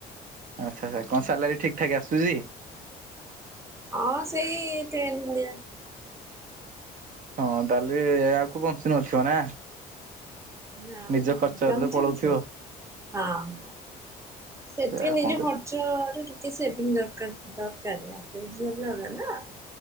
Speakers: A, on the right; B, on the right.
A: ଆଚ୍ଛ ଆଛା କଣ ସାଲାରି ଠିକ୍ ଠାକ୍ ଆସୁଚି?
B: ହଁ ସେଇ ଟେନ୍ ଭଳିଆ।
A: ହଁ ଦାଲି ଆକୁ ବଞ୍ଚି ନଥିବ ନା?
B: ନା
A: ନିଜ
B: ମ
A: ଖର୍ଚ୍ଚରେ
B: <unintelligible>
A: ତ
B: ସେ
A: ପଳଉଥିବ।
B: ହଁ ହଁ ସେତିକି
A: ସେ ଆଉ
B: ନିଜ
A: କଣ କରିବ
B: ଖ <unintelligible> କେତେ ସେଭିଙ୍ଗ ଦରକାର୍ ଦରକାର ଝିଅ ପିଲା ଗୁଡ଼ାନା।